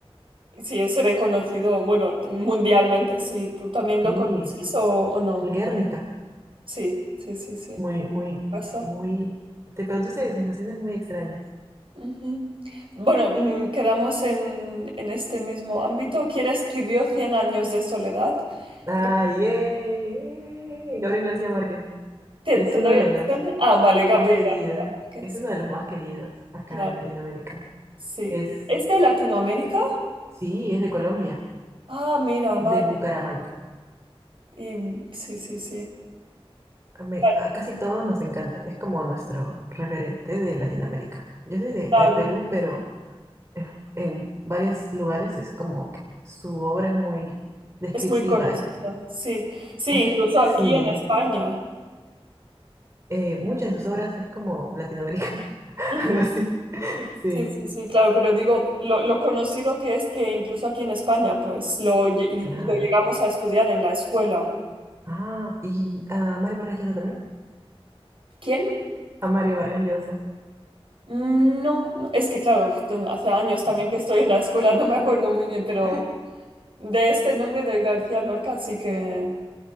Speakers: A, on the right; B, on the right.
A: Sí, es reconocido, bueno, t- mundialmente, sí. ¿Tú también
B: Sí,
A: lo conoces
B: es
A: o, o no?
B: el Guernica.
A: Sí, sí, sí, sí.
B: Muy, muy,
A: Pasó.
B: muy. Te produce sensaciones muy extrañas.
A: Ujú. Bueno, mm, quedamos en, en este mismo ámbito. ¿Quién escribió Cien años de soledad?
B: ¡Ah,
A: Ga-
B: yay! Gabriel García Márquez.
A: ¿Te,
B: Es
A: te
B: uno
A: doy
B: de
A: opciones?
B: los
A: Ah, vale, Gabriel
B: más queridos.
A: García Márquez.
B: Es uno de los más queridos acá
A: Claro,
B: en Latinoamérica.
A: sí.
B: Es,
A: ¿Es de Latinoamérica?
B: sí, es de Colombia,
A: Ah, mira, vale.
B: de Bucaramanga.
A: Y, sí, sí, sí.
B: A, me-
A: Vale,
B: a casi todos nos encanta, es como nuestro referente de Latinoamérica. Yo soy de,
A: claro.
B: de Perú, pero eh, en varios lugares es como que su obra es muy descriptiva.
A: Es muy conocido,
B: y
A: sí. Sí,
B: es
A: incluso
B: que
A: aquí
B: sí,
A: en España.
B: eh, muchas de sus obras es como Latinoamérica, <laughs>
A: Ujú.
B: algo así. Sí,
A: Sí, sí, sí, claro, pero digo, lo, lo conocido que es que incluso aquí en España, pues lo, lle-
B: claro.
A: lo llegamos a estudiar en la escuela.
B: Ah, y a Mario Vargas Llosa también.
A: ¿Quién?
B: A Mario Vargas Llosa,
A: Mm, No, no, es que claro, hace años
B: sí,
A: también que estoy en la escuela, no me acuerdo muy bien, pero
B: <laughs>
A: de este nombre de García Lorca sí que